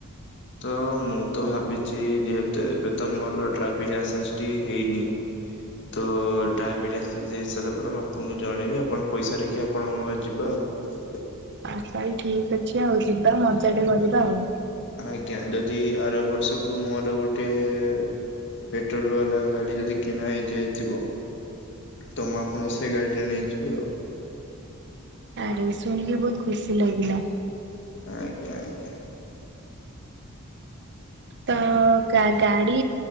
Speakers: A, on the left; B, on the right.
A: ତ ମୁଁ ତ ଭାବିଛି ଯେହେତୁ ଏବେ ତ ମୋର ଡ୍ରାଇଭିଂ ଲାଇସେନ୍ସ ଟି ହେଇନି ତ ଡାଇବେଟିସ ହେଇ ସାରିଲା ପରେ ମୁଁ ଆପଣଙ୍କୁ ଜଣେଇବି ଆପଣ ପଇସା ଦେଖି ଆପଣଙ୍କ ଯିବା ଆଉ <unintelligible>
B: ଆଉ ତାହେଲେ ଠିକ ଅଛି ଆଉ ଯିବା ମଜାଟେ କରିବା ଆଉ
A: ଆଜ୍ଞା ଯଦି ଆର ବର୍ଷକୁ ମୋର ଗୋଟିଏ ପେଟ୍ରୋଲ ବାଲା ଗାଡି ଯଦି କିଣା ହେଇଯାଇଥିବ ତ ମୁଁ ଆପଣଙ୍କୁ ସେଇ ଗାଡିରେ ନେଇଯିବି ଆଉ
B: ଆରେ ଶୁଣିକି ବହୁତ ଖୁସି ଲାଗିଲା
A: ଆଜ୍ଞା ଆଜ୍ଞା
B: ତ ଗାଡି